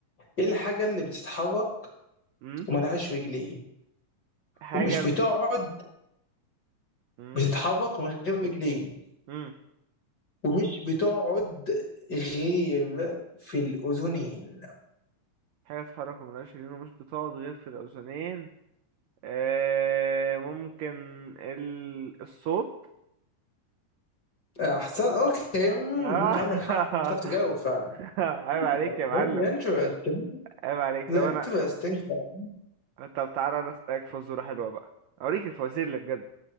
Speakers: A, on the left; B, on the right.
A: ايه الحاجه اللي بتتحرك
B: مم؟
A: وملهاش رجلين
B: حاجة
A: ومش بتقعد
B: مم؟
A: بتتحرك ومن غير رجلين
B: مم؟
A: ومش بتقعد غير في الأذنين
B: حاجة تتحرك وملهاش رجلين ومش بتقعد غير في الأذنين آه ممكن ال... الصوت
A: أحسن أوكي مم،
B: <laughs>
A: ممكن عندك حق
B: آه.
A: ممكن تعرف تجاوب فعلا
B: <laughs> عيب
A: interesting
B: عليك يا معلم
A: interesting
B: عيب عليك
A: لا
B: طب انا
A: interesting فعلا
B: طب تعالى انا اسالك فزوره حلوه بقى اوريك الفوازير اللي بجد